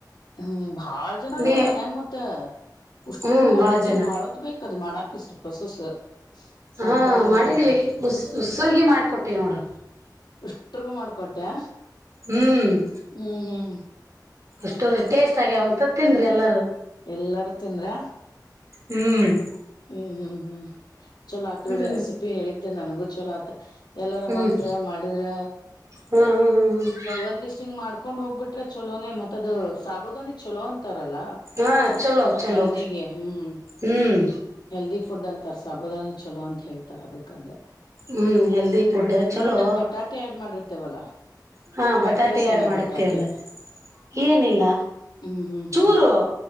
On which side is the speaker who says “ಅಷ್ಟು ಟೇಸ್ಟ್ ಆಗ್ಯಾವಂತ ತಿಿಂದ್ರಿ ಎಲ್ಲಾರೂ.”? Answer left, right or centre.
Right